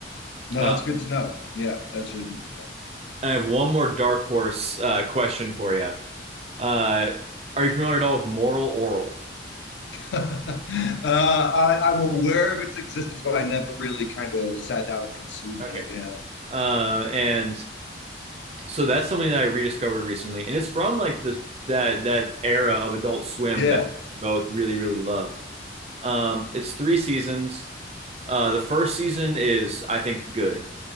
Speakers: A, on the left; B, on the right.
A: No,
B: Uh,
A: that's good to know. Yeah, that's really good to know.
B: I have one more dark horse uh, question for you. Uh, are you familiar at all with Moral Oral?
A: <laughs> uh, I, I'm aware of its existence, but I never really kind of sat down and consumed
B: Okay.
A: it.
B: Uh, and so that's something that I rediscovered recently, and it's from like this that that era of Adult Swim
A: Yeah. Yeah.
B: that I both really really loved. Um, it's three seasons. Uh, the first season is I think good.